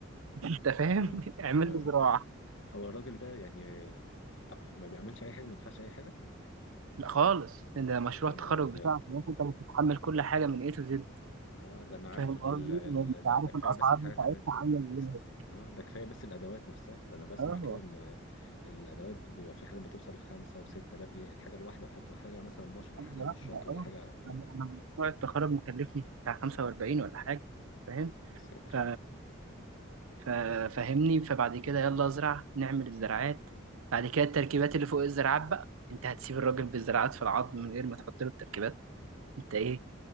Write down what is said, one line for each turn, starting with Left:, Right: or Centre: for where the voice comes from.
Right: <laughs> انت فاهم
Left: مم.
Right: اعمل
Left: اه
Right: لي زراعه
Left: هو الراجل ده يعني طب ما بيعملش اي حاجه ما يدفعش اي حاجه
Right: لا خالص ان ده مشروع
Left: يا
Right: التخرج
Left: نهار ابيض
Right: بتاعك انت انت اللي بتتحمل كل حاجه من ايه تو زد
Left: اه ده انا عارف
Right: فاهم
Left: ال
Right: قصدي
Left: ال
Right: لو مش
Left: ال ده
Right: عارف
Left: ده كفايه
Right: الاسعار
Left: بس الحاجات
Right: بتاعتها
Left: اللي انتوا
Right: عامله
Left: بتست
Right: ازاي
Left: اه ده كفايه بس الادوات نفسها ده انا بسمع
Right: اه
Left: كده ان الادوات بيبقى في حاجه بتوصل لخمسة وستة آلاف جنيه الحاجه الواحده وحتى حاجه مثلا مش حاجه
Right: حاجه واحده
Left: مشرط ولا
Right: اه
Left: حاجه اه
Right: انا انا مشروع التخرج مكلفني في بتاع 45 ولا حاجه فاهم
Left: يا ساتر
Right: ف... ف... فاهمني فبعد كده يلا ازرع نعمل الزراعات بعد كده التركيبات اللي فوق الزراعات بقى انت هتسيب الراجل بالزراعات في العظم من غير ما تحط له التركيبات انت ايه
Left: مم.